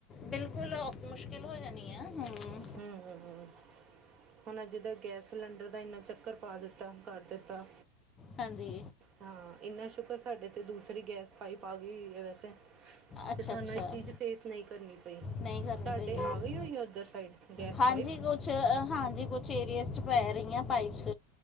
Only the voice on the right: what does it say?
ਹਮ, ਹਮ, ਹਮ ਹੁਣ ਅਜ ਦਾ ਗੈਸ ਸਿਲੰਡਰ ਦਾ ਇੰਨਾ ਚੱਕਰ ਪਾ ਦਿੱਤਾ ਕਰ ਦਿੱਤਾ
ਹਾਂ ਇੰਨਾ ਸ਼ੁਕਰ ਸਾਡੇ ਤੇ ਦੂਸਰੀ ਗੈਸ ਪਾਈਪ ਆ ਗਈ ਹੈ ਵੈਸੇ
ਤੇ ਸਾਨੂੰ
ਇਹ ਚੀਜ਼ ਫੇਸ ਨਹੀਂ ਕਰਨੀ ਪਈ
ਤੁਹਾਡੇ
ਆ ਗਈ ਹੋਈ ਹੈ ਉੱਧਰ ਸਾਈਡ ਗੈਸ
ਪਾਈਪ